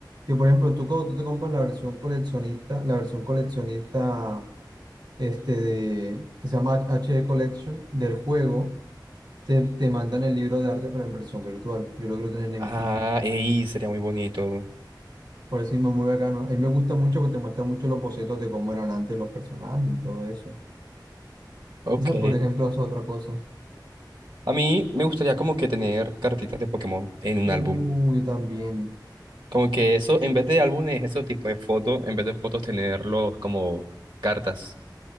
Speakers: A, on the right; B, on the right.
A: Que por ejemplo, tú cuando tú te compras la versión coleccionista, la versión coleccionista este de, que se llama HD Collection del juego, te, te mandan el libro de arte pero en versión virtual. Yo lo quiero tener en
B: Ah,
A: físico.
B: ey, sería muy bonito.
A: Por eso mismo es muy bacano. A mí me gusta mucho porque te muestra mucho los bocetos de cómo eran antes los personajes y todo eso.
B: Ok.
A: Esa, por ejemplo, es otra cosa.
B: A mí me gustaría como que tener cartitas de Pokémon en un
A: Uh,
B: álbum.
A: yo también.
B: Como que eso, en vez de álbumes, eso tipo de fotos, en vez de fotos, tenerlos como cartas.